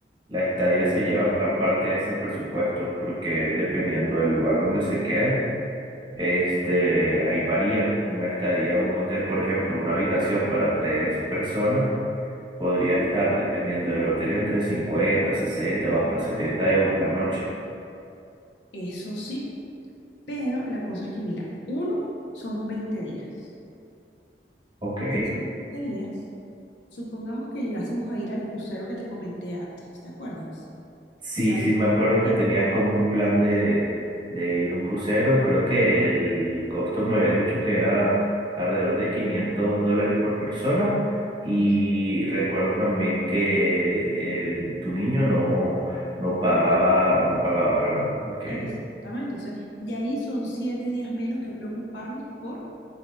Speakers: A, on the right; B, on the left.
A: la estadía se lleva en gran parte de ese presupuesto, porque dependiendo del lugar donde se quede, este, ahí varía. Una estadía, un hotel, por ejemplo, una habitación para tres personas. Podría estar, dependiendo del hotel, entre 50 60 o hasta 70 euros la noche.
B: Eso sí, pero la cosa es que, mira, uno son 20 días.
A: Ok.
B: De esos 20 días, supongamos que llegásemos a ir al crucero que te comenté antes, ¿te acuerdas?
A: Sí,
B: Ya
A: sí,
B: ahí...
A: me acuerdo que tenías
B: <laughs>
A: como un plan de, de ir a un crucero. Creo que el costo me habías dicho que era alrededor de 500 dólares por persona. Y
B: Ah,
A: recuerdo también que el- tu niño no, no pagaba,
B: No pagar.
A: no pagaba, ¿verdad? Ok.
B: Exactamente. Entonces, ya ahí son 7 días menos que preocuparnos por